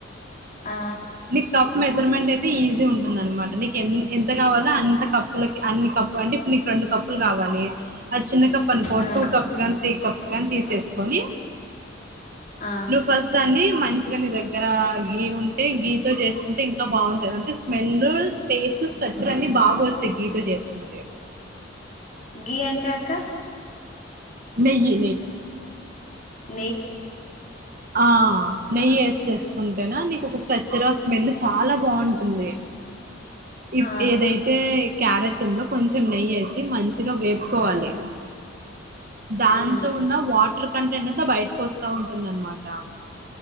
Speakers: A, on the left; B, on the right.
A: ఆ
B: నీ కప్ మెజర్మెంట్ అయితే ఈజీ ఉంటుంది అన్నమాట నీకు ఎ ఎంత కావాలో అంత కప్పు లోకి అన్ని కప్పులు అంటే ఇప్పుడు నీకు రెండు కప్పులు కావాలి ఆ చిన్న కప్ పనిపోర్
A: ఆ
B: టూ కప్స్ కాగాని త్రీ కప్స్ గాని తీసేసుకొని
A: ఆ
B: నువ్వు ఫస్ట్ దాన్ని మంచిగా నీ దగ్గర గీ ఉన్ ఎ గీతో చేసుకుంటే ఇంకా బాగుంటంది అంటే స్మెల్ టేస్ట్ స్ట్రచర్ అన్ని బాగా వస్ తే గీ తో చేసుకుంటే
A: గీ అంటే అక్క
B: నెయ్యి
A: అ
B: ఆ నెయ్యి అసి చేస్ కుంటే నా నీకు ఒక స్ట్రక్చర్ ఆ స్మెల్ చాలా బాగుంటుంది ఇప్
A: ఆ
B: ఏదైతే క్యారెట్ ఉందో కొంచెం నెయ్యి వేసి మంచిగా వేపుకోవాలి దాంతో
A: ఉమ్
B: ఉన్న వాటర్ కంటెంట్ అంతా బయటకు వస్తా ఉంటుంది అన్నమాట